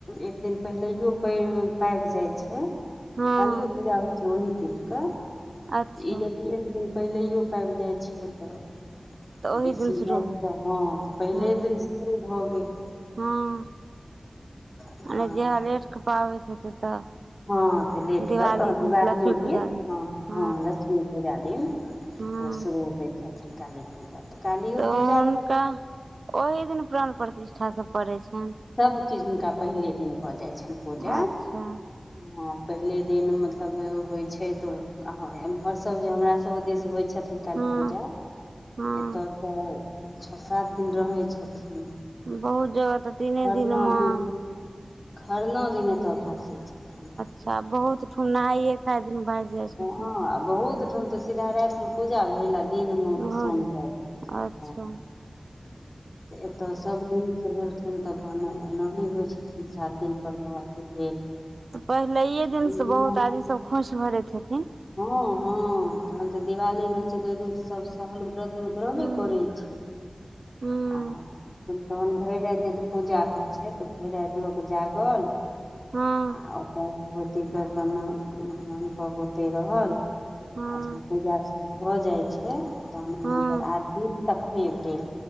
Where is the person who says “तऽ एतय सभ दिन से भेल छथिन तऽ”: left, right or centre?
Left